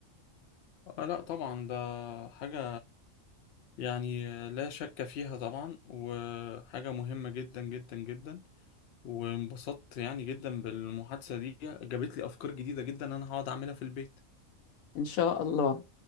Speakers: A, on the left (about 65°); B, on the left (about 80°).
A: آه لا طبعا ده حاجة يعني لا شك فيها طبعا وحاجة مهمة جدا جدا جدا وانبسطت يعني جدا بالمحادثة دي جابت لي أفكار جديدة جدا أنا هقعد أعملها في البيت
B: ان شاء الله